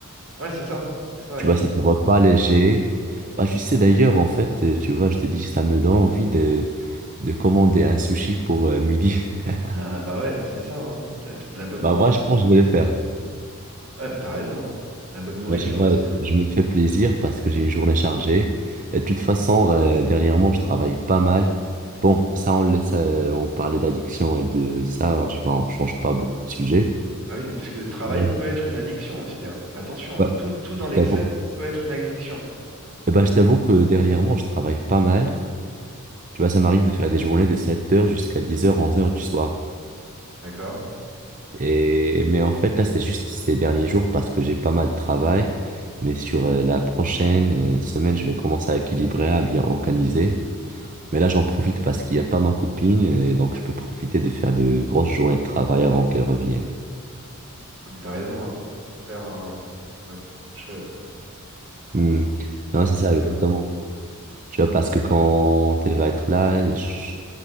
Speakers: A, on the right (about 65°); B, on the right (about 35°).
A: Ouais, c'est ça. C'est ça.
B: Tu vois, c'est un repas léger. Bah, tu sais, d'ailleurs, en fait, euh, tu vois, je t'ai dit, ça me donne envie de, de commander un sushi pour euh, midi. <laughs>
A: Ah bah ouais, c'est ça, hein. C'est de la, c'est de la bonne
B: Bah,
A: bouffe,
B: moi,
A: hein.
B: je pense que je vais le faire.
A: Ouais, bah t'as raison, hein. C'est de la bonne nourriture
B: Moi, tu vois,
A: aussi, hein.
B: je me fais plaisir parce que j'ai une journée chargée. Et de toute façon, euh, dernièrement, je travaille pas mal. Bon, ça, on le laisse, euh, on parlait d'addiction et de ça, hein, tu vois, on change pas beaucoup de sujets.
A: Bah oui, parce que le travail
B: Ouais.
A: peut être une addiction aussi, hein. Attention, hein,
B: Ouais.
A: Tout, tout dans
B: Je
A: l'excès
B: t'avoue.
A: peut être une addiction,
B: Eh ben, je t'avoue que dernièrement, je travaille pas mal. Tu vois, ça m'arrive de faire des journées de sept heures jusqu'à dix heures onze heures du soir.
A: d'accord?
B: Et, mais en fait, là, c'est juste ces derniers jours parce que j'ai pas mal de travail. Mais sur euh, la prochaine euh, semaine, je vais commencer à équilibrer, à bien organiser. Mais là, j'en profite parce qu'il n'y a pas ma copine et donc je peux profiter de faire de grosses journées de travail avant qu'elle revienne.
A: Ah mais t'as raison, hein, C'est ce qu'il faut faire, hein. Moi, c'est ce que je fais aussi, hein.
B: Hmm.
A: Faut pas
B: Non, c'est
A: hésiter,
B: ça, exactement.
A: hein.
B: Tu vois,
A: Donc
B: parce
A: bon.
B: que quand elle va être là, je,